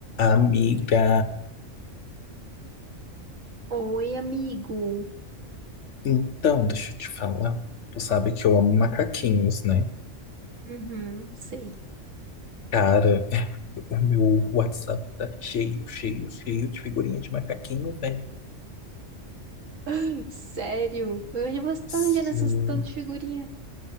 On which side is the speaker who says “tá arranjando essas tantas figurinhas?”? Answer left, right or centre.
Right